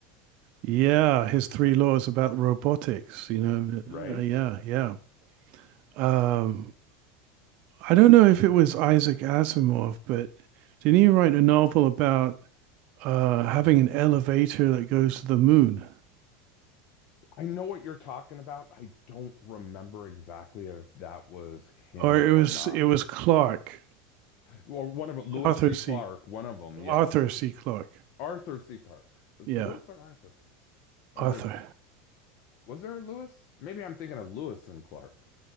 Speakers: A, on the right; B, on the left.
A: Yeah, his three laws about robotics, you know,
B: right?
A: uh, yeah, yeah. Um, I don't know if it was Isaac Asimov, but didn't he write a novel about uh, having an elevator that goes to the moon?
B: I know what you're talking about. I don't remember exactly if that was him
A: Or it
B: or
A: was
B: not.
A: it was Clark,
B: Or one of them, Lewis
A: Arthur
B: C.
A: C.
B: Clark, one of them, yes.
A: Arthur C. Clarke.
B: Arthur C. Clark. Was
A: Yeah,
B: it Lewis or Arthur? Are
A: Arthur.
B: there? Was there a Lewis? Maybe I'm thinking of Lewis and Clark.